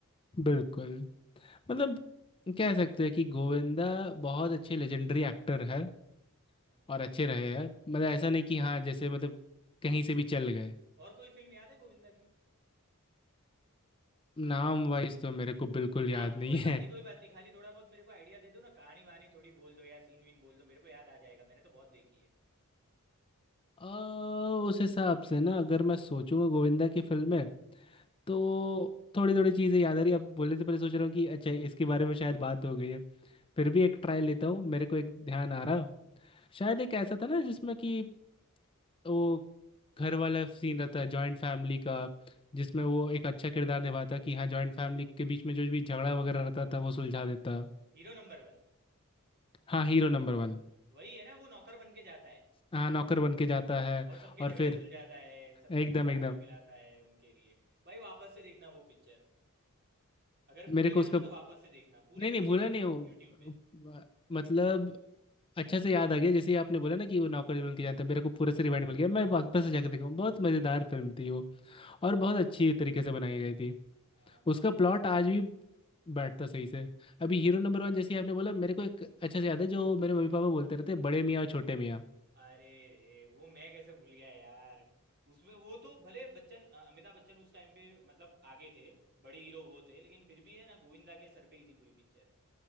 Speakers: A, on the left; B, on the right.
A: बिल्कुल मतलब कह सकते हैं कि गोविंदा बहुत अच्छे लेजेंडरी एक्टर है
B: हम्म,
A: और अच्छे रहे हैं मतलब ऐसा
B: हाँ
A: नहीं कि
B: भाई
A: हाँ जैसे मतलब कहीं से भी चल गए
B: और कोई फिल्म याद है गोविंदा की
A: नाम वाइज तो मेरे को बिल्कुल याद
B: नाम
A: नहीं
B: कोई बात नहीं कोई बात नहीं खाली थोड़ा बहुत मेरे को आइडिया दे दो ना कहानी वहानी थोड़ी बोल दो या सीन वीन बोल दो मेरे को याद आ जाएगा मैंने तो बहुत देखी है
A: आ, उस हिसाब से ना अगर मैं सोचूंगा गोविंदा की फिल्में तो थोड़ी थोड़ी चीज़ें याद आ रही अब बोलने से पहले सोच रहा हूँ कि अच्छा इसके बारे में शायद बात हो गई है फिर भी एक ट्राई लेता हूँ मेरे को एक ध्यान आ रहा शायद एक ऐसा था ना जिसमें कि वो घर वाला सीन रहता है जॉइंट फैमिली का जिसमें वो एक अच्छा किरदार निभाता कि हाँ जॉइंट फैमिली के बीच में जो भी झगड़ा वगैरह रहता था वो सुलझा देता
B: Hero number one
A: हाँ हीरो नंबर वन
B: वही है ना वो नौकर बन के जाता है
A: हाँ नौकर बन के जाता है
B: और सबके
A: और
B: झगड़े
A: फिर
B: सुलझाता है सबको
A: एकदम
B: साथ
A: एकदम
B: में मिलाता है उनके लिए भाई वापस से देखना वो पिक्चर अगर भूल
A: मेरे को
B: गए
A: उसका
B: हो ना तो वापस से देखना पूरी
A: नहीं नहीं
B: पूरी
A: भूला
B: देखना
A: नहीं वो
B: यूट्यूब पे
A: मतलब अच्छा से याद आ गया जैसे ही आपने बोला ना कि वो नौकर बन के जानता है मेरे को पूरा से रिवाइंड मिल गया मैं वापस से जाकर देखूँ बहुत मजेदार फिल्म थी वो और
B: हाँ
A: बहुत अच्छी
B: भाई
A: तरीके से बनाई गई थी
B: हाँ भाई
A: उसका
B: वो
A: प्लॉट
B: तो है
A: आज भी बैठता सही से अभी हीरो नंबर वन जैसे ही आपने बोला मेरे को एक अच्छा से याद है जो मेरे मम्मी पापा बोलते रहते बड़े मियाँ और छोटे मियाँ
B: अरे रे वो मैं कैसे भूल गया यार उसमें वो तो भले बच्चन अ, अमिताभ बच्चन उस टाइम पे मतलब आगे थे बड़े हीरो वो थे लेकिन फिर भी है ना गोविंदा के सर पे ही थी पूरी पिक्चर